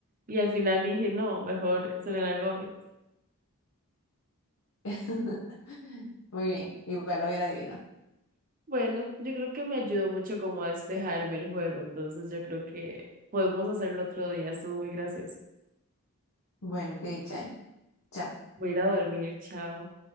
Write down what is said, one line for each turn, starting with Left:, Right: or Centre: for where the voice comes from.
Right: Y al final dije, no, mejor Selena Gómez.
Left: <laughs> Muy bien, igual lo hubiera adivinado.
Right: Bueno, yo creo que me ayudó mucho como a despejarme el juego, entonces yo creo que podemos hacerlo otro día, estuvo muy gracioso.
Left: Bueno, qué dicha. ¿eh? Chao.
Right: Voy a ir a dormir, chao.